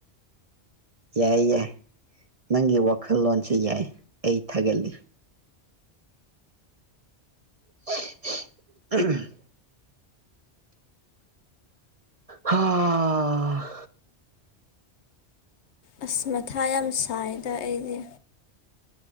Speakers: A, on the right (about 35°); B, on the left (about 80°).
A: ꯌꯥꯏ ꯌꯥꯏ ꯅꯪꯒꯤ ꯋꯥꯈꯜꯂꯣꯟꯁꯤ ꯌꯥꯏ ꯑꯩ ꯊꯥꯒꯠꯂꯤ <unintelligible> ꯍꯥ
B: ꯑꯁ ꯃꯊꯥ ꯌꯥꯝ ꯁꯥꯏꯗ ꯑꯩꯗꯤ